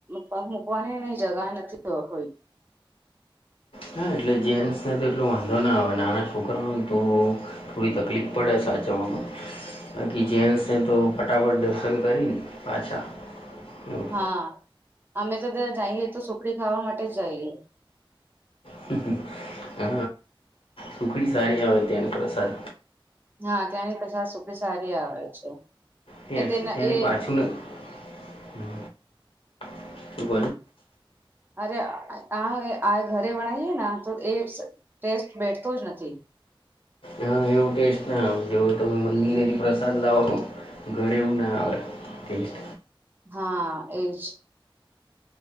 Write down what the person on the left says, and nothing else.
ના એટલે જેન્ટ્સને તો એટલો વાંધો ના આવે નાના છોકરાઓને તો થોડી તકલીફ પડે સાચવા માં બાકી જેન્ટ્સને તો ફટાફટ દર્શન કરીને પાછા એવું.
હ હ <inaudible> હ સુખડી સારી આવે ત્યાં નુ પ્રસાદ
ત્યાંથી
ત્યાંથી
પાછું ન <unintelligible> શું બ
હા એવું ટેસ્ટ ના આવે જવો તમે મંદિરેથી પ્રસાદ લાવો ઘરે એવું ના આવે ટેસ્ટ